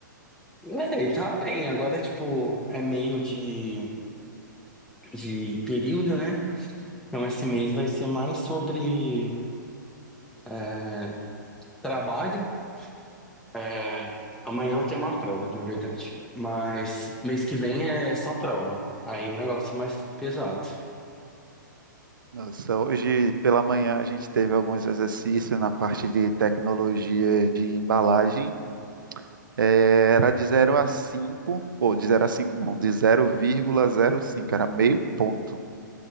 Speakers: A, in the centre; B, on the right.
A: É, e tá bem. Agora, tipo, é meio de, de período, né? Então, esse mês vai ser mais sobre é, trabalho. É, amanhã eu tenho uma prova, na verdade. Mas mês que vem é só prova. Aí o negócio é mais pesado.
B: Nossa, hoje pela manhã a gente teve alguns exercícios na parte de tecnologia de embalagem. Eh, era de zero a 5 ou de zero a 5 não, de zero zero vírgula zero cinco, era meio ponto.